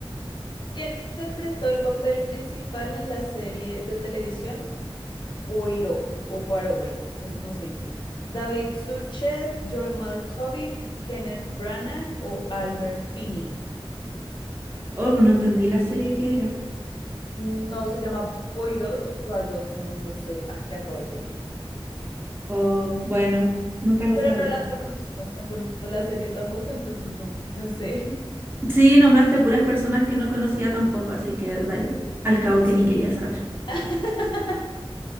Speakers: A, on the left; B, on the right.
A: ¿Quién interpretó el papel principal en la serie de televisión Poirot, o Poirot, bueno, no sé cómo se dice. David Suchet, John Malkovich, Kenneth Branagh o Albert Finney.
B: Oh, pero no entendí la serie que era.
A: No se llama Poirot o Poirot, no, no sé. Ah, se acabó el tiempo.
B: Oh, bueno, nunca lo
A: Pero
B: sabremos.
A: no la conozco, no conozco la serie tampoco, entonces no, no sé.
B: Sí, nombraste puras personas que no conocía tampoco, así que da igual. Al cabo
A: Sí.
B: que ni quería saber.
A: <laughs>